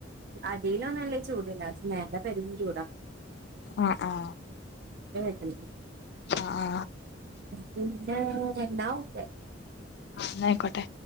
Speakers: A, on the right (about 55°); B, on the left (about 55°).
A: അടിയിലൊന്നും ല്ല ചൂട്ല്ല മേലെ പെരും ചൂടാ
B: ആ ആ
A: ഉം
B: ആ ആ
A: പിന്നെ രണ്ടാമത്തെ
B: ന്നാ യ്ക്കോട്ടെ